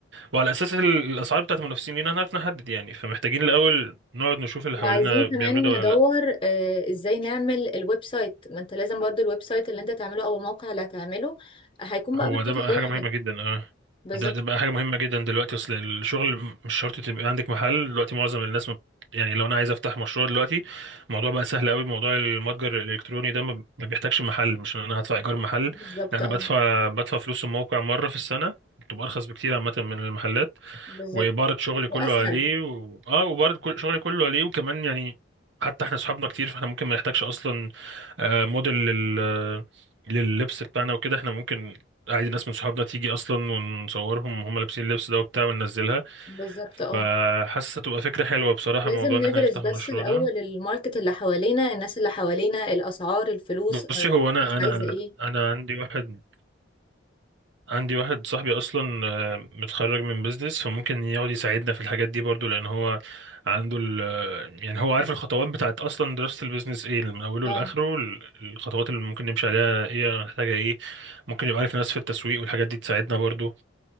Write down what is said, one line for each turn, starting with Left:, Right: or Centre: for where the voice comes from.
Right: وعلى اساس ال- الاسعار بتاعت المنافسين لينا هنعرف نحدد يعني فمحتاجين الاول نقعد نشوف اللي
Left: وعايزين
Right: حوالينا بيعملوا
Left: كمان
Right: ده ولا
Left: ندور
Right: لا
Left: آه، ازاي نعمل الويب سايت ما انت لازم برضو الويب سايت اللي انت تعمله او الموقع اللي هتعمله هيكون
Right: هو
Left: بقى محطوط
Right: ده بقى
Left: عليه
Right: حاجه
Left: الحاجة
Right: مهمه جدا اه
Left: بالظبط
Right: ده ده بقى حاجه مهمه جدا دلوقتي اصل الشغل مش شرط تبقى عندك محل دلوقتي معظم الناس ما بت- يعني لو انا عايز افتح مشروع دلوقتي الموضوع بقى سهل قوي موضوع المتجر الالكتروني ده ما ما بيحتاجش محل مش ان انا هدفع ايجار محل
Left: بالظبط
Right: لا انا
Left: اه
Right: بدفع بدفع فلوس الموقع مره في السنه بتبقى ارخص بكتير عامه من المحلات
Left: بالظبط
Right: وإبارة شغلي
Left: واسهل
Right: كله عليه و... اه وإبارة كل... شغلي كله عليه وكمان يعني حتى احنا صحابنا كتير فاحنا ممكن ما نحتاجش اصلا آه، موديل لل... لللبس بتاعنا وكده احنا ممكن عادي ناس من صحابنا تيجي اصلا ونصورهم وهم لابسين اللبس ده وبتاع وننزلها
Left: بالظبط اه
Right: فحاسه تبقى فكره حلوه بصراحه
Left: لازم
Right: موضوع
Left: ندرس
Right: ان احنا نفتح
Left: بس
Right: المشروع
Left: الاول
Right: ده
Left: الماركت اللي حوالينا الناس اللي حوالينا الاسعار الفلوس آه،
Right: بصي هو انا
Left: الناس
Right: انا
Left: عايزة ايه
Right: انا عندي واحد عندي واحد صاحبي اصلا آه، متخرج من بيزنس فممكن يقعد يساعدنا في الحاجات دي برضو لان هو عنده ال آه، يعني هو عارف الخطوات بتاعت اصلا دراسة البيزنس ايه من اوله
Left: اه
Right: لاخره ال- الخطوات اللي ممكن نمشي عليها ايه هنحتاجها ايه ممكن يبقى عارف ناس في التسويق والحاجات دي تساعدنا برضو